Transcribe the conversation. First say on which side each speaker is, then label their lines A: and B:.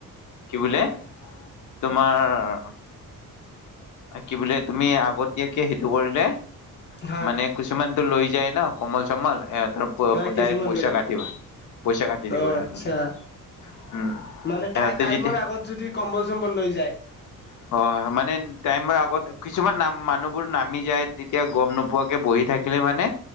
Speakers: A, on the left; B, on the left.
A: কি বোলে? তোমাৰ কি বোলে? তুমি আগতীয়াকে সেইটো কৰিলে
B: হয়
A: মানে কিছুমানতো লৈ যায় ন কম্বল চম্বল সিহঁতৰ
B: হয় কিছুমান
A: ডাইৰেক্ট পইচা
B: লৈ যাম
A: কাটি <unintelligible> পইচা কাটি দিব
B: অ
A: সিহঁতৰে।
B: আচ্ছা
A: উম,
B: মানে
A: সিহঁতে
B: টাইমৰ
A: যেতিয়া
B: আগত যদি কম্বল-চম্বল লৈ যায়
A: <inaudible> হয়, মানে টাইমৰ আগত কিছুমান নাম- মানুহবোৰ নামি যায়, তেতিয়া গম নোপোৱাকে বহি থাকিলে মানে